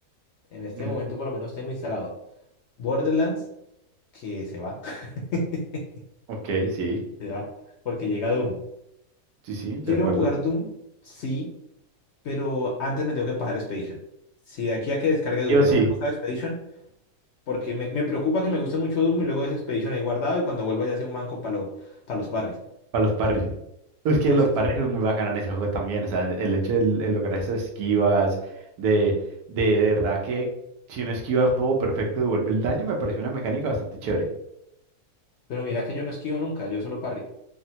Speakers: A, on the left (about 65°); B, on the right (about 80°).
A: En este
B: Ujú.
A: momento por lo menos tengo instalado Borderlands, que se va, <laughs>
B: Ok, sí,
A: se va, porque llega Doom.
B: sí, sí, de
A: Quiero
B: acuerdo.
A: jugar Doom, sí, pero antes me tengo que pasar Expedition. Si de aquí a que descargue Doom
B: Yo
A: no
B: sí.
A: me
B: o
A: pasa
B: sí,
A: Expedition, porque me, me preocupa que me guste mucho Doom y luego deje Expedition ahí guardado y cuando vuelva ya sea un manco para los parries.
B: Para los parries. Es
A: Entonces,
B: que los parries son muy bacanos en ese juego también. O sea, el hecho de, de lograr esas esquivas, de, de, de verdad que si uno esquiva todo perfecto, devuelve el daño, me pareció una mecánica bastante chévere.
A: pero mira que yo no esquivo nunca, yo solo parry.